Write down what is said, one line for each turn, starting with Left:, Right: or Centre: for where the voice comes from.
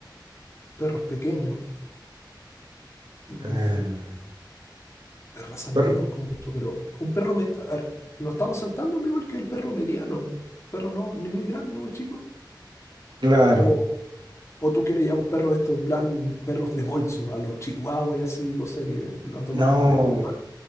Left: Perros pequeños, mm,
Right: Eh,
Left: de razas
Right: perro,
Left: no conozco mucho, pero un perro, me- a ver, nos estamos saltando no igual que el perro mediano. Perro no, ni muy grande, ni muy chico.
Right: claro.
Left: O, o tú quieres ya un perro de estos, en plan, perros de bolso, a los chihuahuas y así, cosa que lo tomas
Right: No,
Left: en, en una.